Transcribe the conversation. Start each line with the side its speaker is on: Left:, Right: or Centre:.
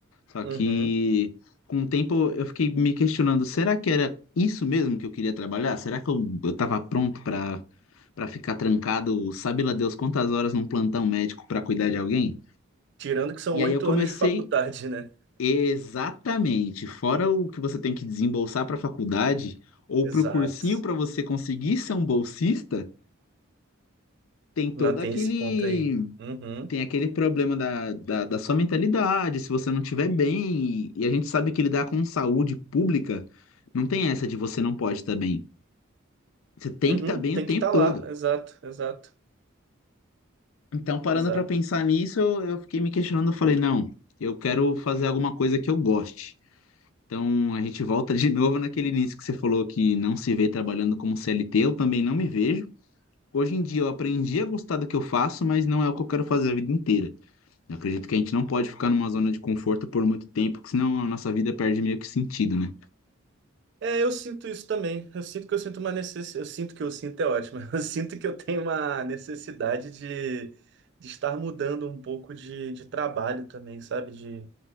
Left: Só
Right: Uhum.
Left: que com o tempo eu fiquei me questionando, será que era isso mesmo que eu queria trabalhar? Será que eu, eu tava pronto para para ficar trancado, sabe lá Deus quantas horas num plantão médico para cuidar de alguém?
Right: Tirando que são
Left: E
Right: oito
Left: aí eu comecei
Right: anos de faculdade, né?
Left: exatamente, fora o que você tem que desembolsar para a faculdade ou
Right: Exato.
Left: para o cursinho para você conseguir ser um bolsista, tem todo
Right: Não tem
Left: aquele
Right: esse ponto aí. Uhum.
Left: tem aquele problema da, da, da sua mentalidade, se você não estiver bem, e, e a gente sabe que lidar com saúde pública não tem essa de você não pode estar bem. Você tem
Right: Uhum.
Left: que estar bem
Right: Tem
Left: o tempo
Right: que estar lá.
Left: todo.
Right: Exato, exato,
Left: Então, parando
Right: exato.
Left: para pensar nisso, eu, eu fiquei me questionando, eu falei, não, eu quero fazer alguma coisa que eu goste. Então, a gente volta de novo naquele início que você falou que não se vê trabalhando como CLT, eu também não me vejo. Hoje em dia eu aprendi a gostar do que eu faço, mas não é o que eu quero fazer a vida inteira. Eu acredito que a gente não pode ficar numa zona de conforto por muito tempo, porque senão a nossa vida perde meio que sentido, né?
Right: É, eu sinto isso também. Eu sinto que eu sinto uma necessidade. Eu sinto que eu sinto é ótimo. <laughs> Eu sinto que eu tenho uma necessidade de, de estar mudando um pouco de, de trabalho também, sabe? De,